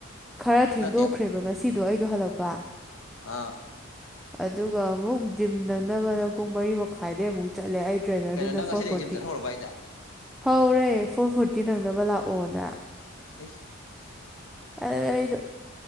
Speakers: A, in the centre; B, on the left.
A: ꯈꯔ ꯊꯦꯡꯗꯣꯛꯈ꯭ꯔꯦꯕ
B: ꯅꯠꯇꯦ
A: ꯉꯁꯤꯗꯣ ꯑꯩꯗꯣ ꯍꯜꯂꯛꯄ
B: ꯑꯥ
A: ꯑꯗꯨꯒ ꯑꯃꯨꯛ ꯖꯤꯝ ꯅꯪꯅꯕꯅ ꯄꯨꯡ ꯃꯔꯤ ꯃꯈꯥꯏꯗꯩ ꯑꯃꯨꯛ ꯆꯠꯂꯦ ꯑꯩ ꯇ꯭ꯔꯦꯅꯔꯗꯨꯅ
B: ꯀꯩꯅꯣ ꯅꯪ
A: ꯐꯣꯔ
B: ꯑꯁꯤꯗꯒꯤꯩ
A: ꯐꯣꯔꯇꯤ
B: ꯖꯤꯝ ꯆꯠꯍꯧꯔꯕ ꯍꯥꯏꯁꯦ
A: ꯍꯧꯔꯦ ꯐꯣꯔ ꯐꯣꯔꯇꯤ ꯅꯪꯅꯕ ꯂꯥꯛꯑꯣꯅ
B: ꯑꯦꯁ
A: ꯑꯗꯨ ꯑꯩꯗꯣ